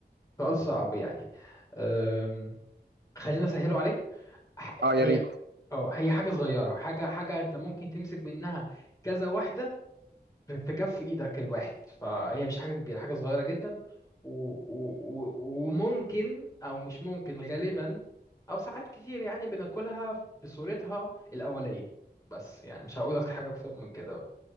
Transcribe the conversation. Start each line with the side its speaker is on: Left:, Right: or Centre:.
Left: سؤال صعب يعني أم، خلينا اسهله عليك ح- هي
Right: اه يا ريت
Left: اه هي حاجه صغيره حاجه حاجه انت ممكن تمسك منها كذا واحده في كف ايدك الواحد فهي مش حاجه كبيره حاجه صغيره جدا و... و... و... وممكن او مش ممكن غالبا او ساعات كتير يعني بناكلها بصورتها الاوليه بس يعني مش هقول لك حاجه اكتر من كده بقى